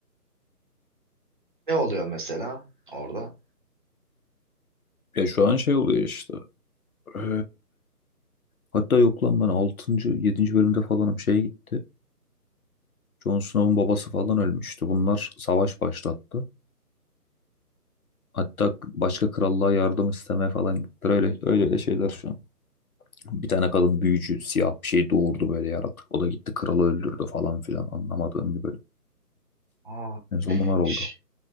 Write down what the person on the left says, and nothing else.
Ya şu an şey oluyor işte. Ee, hatta yok lan ben altıncı, yedinci bölümde falanım şey gitti. Jon Snow'un babası falan ölmüştü. Bunlar savaş başlattı. Hatta başka krallığa yardım istemeye falan gittiler. Öyle, öyle öyle şeyler şu an. Bir tane kadın büyücü siyah bir şey doğurdu böyle yaratık. O da gitti kralı öldürdü falan filan anlamadığım bir bölüm.
En son bunlar oldu.